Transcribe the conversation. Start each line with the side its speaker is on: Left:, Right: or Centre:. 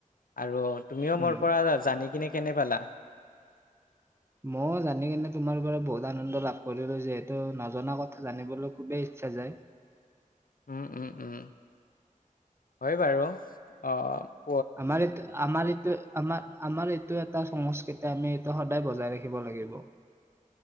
Left: আৰু তুমিও
Right: উম।
Left: মোৰ পৰা জানি কিনে কেনে পালা।
Right: মই জানি কেনে তোমাৰ পৰা বহুত আনন্দ লাভ কৰিলো। যিহেতু নজনা কথা জানিবলৈ খুবেই ইচ্ছা যায়।
Left: উম-উম-উম হয় বাৰু অহ।
Right: আমাৰ এতে আমাৰ এতে। আমাৰ-আমাৰ এইটো এটা সংস্কৃতি আমি এইটো সদায় বজাই ৰাখিব লাগিব।